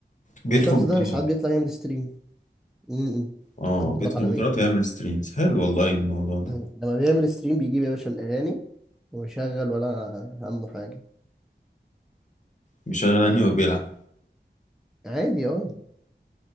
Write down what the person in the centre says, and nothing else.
الشخص
ده ساعات بيطلع يعمل ستريم امم
يدخل بطولات
عالمية
م- لما بيعمل ستريم بيجيب يا باشا الأغاني ويشغل ولا همه حاجة
عادي اه